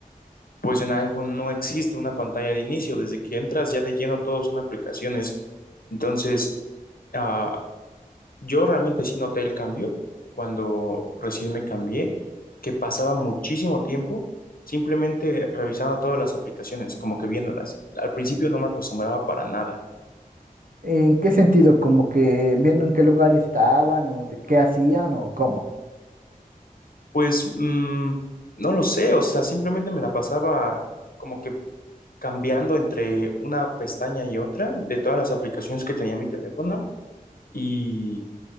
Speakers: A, on the left; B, on the right.
A: Pues en iPhone no existe una pantalla de inicio, desde que entras ya de lleno todos son aplicaciones, entonces... Ah, Yo realmente sí noté el cambio cuando recién me cambié, que pasaba muchísimo tiempo simplemente revisando todas las aplicaciones, como que viéndolas. Al principio no me acostumbraba para nada.
B: ¿En qué sentido? ¿Como que viendo en qué lugar estaban o de qué hacían o cómo?
A: Pues mm, no lo sé, o sea, simplemente me la pasaba como que cambiando entre una pestaña y otra de todas las aplicaciones que tenía mi teléfono y